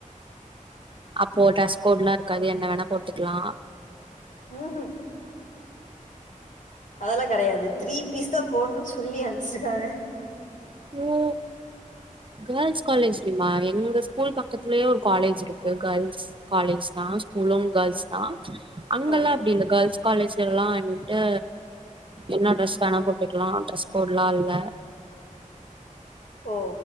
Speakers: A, on the right; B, on the left.
A: அப்போ ட்ரெஸ் கோட்லா இருக்காது என்ன வேணா போட்டுக்லா
B: ம்ஹும் அதெல்லா கெடையாது த்ரீ பீஸ் தான் போடணுன்னு சொல்லி அனுப்ச்சிருக்காங்க
A: ஓ கேர்ள்ஸ் காலேஜ் லியுமா எங்க ஸ்கூல் பக்கத்திலயே ஒரு காலேஜ் இருக்கு கேர்ள்ஸ் காலேஜ் தா ஸ்கூலு கேர்ள்ஸ் தா அங்கல்லா
B: ஓ
A: அப்டி இல்ல கேர்ள்ஸ் காலேஜ் ல எல்லா வந்துட்டு என்ன ட்ரெஸ் வேணா போட்டுக்லா ட்ரெஸ் கோட்லா இல்ல
B: ஓ